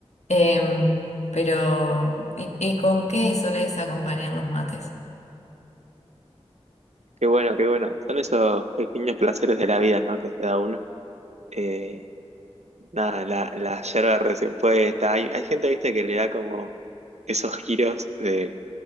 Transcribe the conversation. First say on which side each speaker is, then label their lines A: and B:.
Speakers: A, on the left (about 85°); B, on the right (about 80°).
A: Em, pero, ¿y, y con qué solés acompañar los mates?
B: Qué bueno, qué bueno. Son esos pequeños placeres de la vida, ¿no? Que se da uno. Eh, nada, la, la yerba recién puesta. Hay, hay gente, viste, que le da como esos giros de